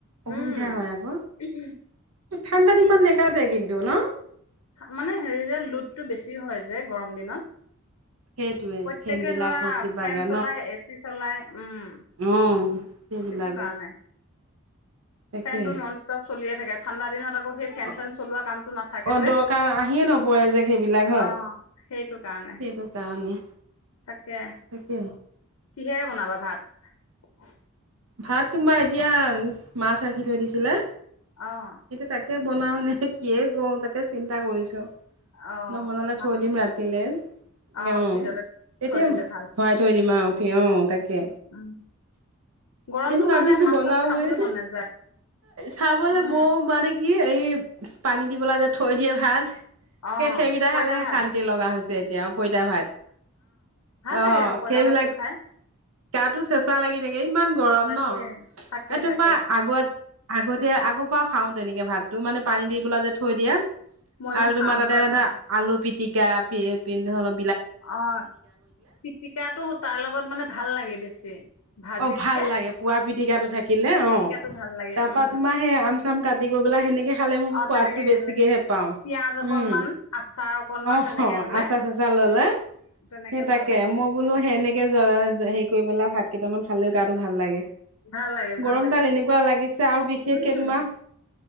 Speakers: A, on the right (about 80°); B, on the left (about 85°).
A: অসুবিধা
B: উম
A: হয় আকৌ
B: উম হুম।
A: ঠাণ্ডাত ইমান নেকাতে কিন্তু ন?
B: মানে হেৰি যে লোডটো বেছি হয় যে গৰম দিনত।
A: সেইটোৱে
B: প্ৰত্যেকে
A: ফেনবিলাক
B: ধৰা
A: হওক কিবাকে
B: ফেন চলাই এ চি চলাই উম।
A: অহ সেইবিলাকে।
B: সেইটো কাৰণে
A: তাকে
B: ফেনটো নন ষ্টপ চলিয়ে থাকে ঠাণ্ডা দিনত আ কৌ সেই ফেন
A: অ
B: চেন চলোৱা কামটো নাথাকে
A: অ
B: যে,
A: দৰকাৰ আহিয়ে নপৰে যে সেইবিলাক হয়
B: অ সেইটো কাৰণ
A: সেইটো কাৰণে।
B: তাকে
A: তাকে
B: কিহেৰে বনাবা ভাত?
A: ভাত তোমাৰ এতিয়া মাছ ৰাখি থৈ দিছিলে।
B: অঁ।
A: এতিয়া তাকে বনাও নে কিয়ে কৰো তাকে চিন্তা কৰিছো।
B: অ
A: নবনালে
B: মাছ
A: থৈ দিম ৰতিলে।
B: অ
A: অঁ
B: ফ্ৰিজতে
A: তেতিয়া
B: থৈ দিলে
A: ভৰাই
B: ভাল
A: থৈ দিম আৰু পিয় অঁ তাকে।
B: উম গৰমটোৰ
A: এনে ভাবিছো
B: কাৰণে মাছ
A: বনওঁ
B: চাছ খাবলৈ
A: বুলি তে।
B: মন নাযায়
A: খাবলে
B: উম
A: মইও মানে কি এই পানী দি পেলাই যে থৈ দিয়ে ভাত
B: অ
A: স সেইকেইটা
B: পইতা
A: খালেহে
B: ভাত
A: শান্তি লগা হৈছে এতিয়া অ পইতা ভাত,
B: ভাল লাগে
A: অ
B: আকৌ পইতা
A: সেইবিলাক
B: ভাতটো খায়।
A: গাটো চেঁচা লাগি থাকে ইমান গৰম
B: তাকে
A: ন।
B: তাকে
A: এ তোমাৰ
B: তাকে
A: আগত আগতে আগৰ পৰা খাওঁ তেনেকে ভাতো মানে পানী দি পেলাই যে থৈ দিয়া
B: ময়ো
A: আৰু
B: খাওঁ
A: তোমাৰ তাতে
B: ভাল
A: আধা
B: পাওঁ
A: আলু পি টিকা প পিন্ধ অলপ
B: অহ পিটিকটো তাৰ লগত মানে ভাল লাগে বেছি। ভাজিতকে
A: অ ভাল লাগে পুৰা পিটিকাটো থাকে কাটিলে
B: পিটিকাটো
A: অ
B: ভাল লাগে
A: তাৰ
B: উম
A: পৰাা তোমাৰ সেই আম চাম কাটি কৰি পাই সেনেকে খালে মোৰ
B: অ'
A: সোৱাদ
B: তেনেকে
A: টো বেছিকে
B: খালে
A: হে পাও
B: পিয়াজ অকনমান
A: উম
B: আচাৰ অকনমান
A: অ
B: তেনেকে হলে
A: আচা চাচা ললে
B: তেনেকে
A: সেই তাকে
B: ভাল লাগে
A: মই বোলো সেনেকে হেৰি
B: উম
A: কৰি পেলা ভাত কেইটামান খালেও গাটো ভাল লাগে
B: ভাল লাগে ভাল
A: গৰমডাল
B: লাগে
A: এনেকুৱা লাগিছে আৰু বিশেষকে
B: উম
A: তোমাৰ